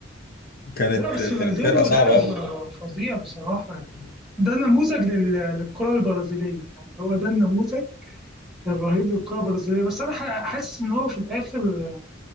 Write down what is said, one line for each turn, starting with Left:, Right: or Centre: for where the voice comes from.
Left: كانت
Centre: لا بس
Left: كانت
Centre: رونالدينو
Left: فرقة صعبة
Centre: لاعب
Left: قوي
Centre: فظيع بصراحة يعني ده نموذج لل- للكرة البرازيلية يعني هو ده النموذج الرهيب للكرة البرازيلية بس أنا ح- حاسس إن هو في الآخر ما